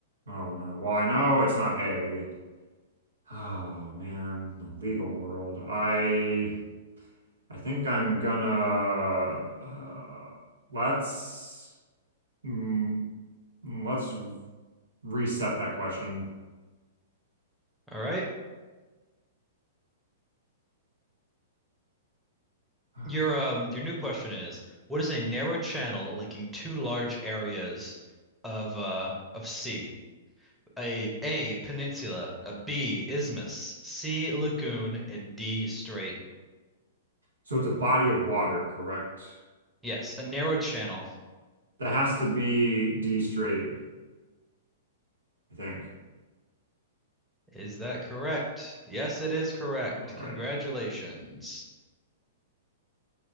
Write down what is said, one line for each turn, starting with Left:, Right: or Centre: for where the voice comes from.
Right: Oh no. Well, I know it's not A. Oh man, the legal world. I I think I'm gonna uh, let's mm, let's reset that question.
Centre: All right.
Right: Okay.
Centre: Your um your new question is, what is a narrow channel linking two large areas of uh of sea? A A peninsula, a B isthmus, C lagoon, and D strait.
Right: So it's a body of water, correct?
Centre: Yes, a narrow channel.
Right: That has to be D straight, I think.
Centre: Is that correct? Yes, it is correct.
Right: All right.
Centre: Congratulations.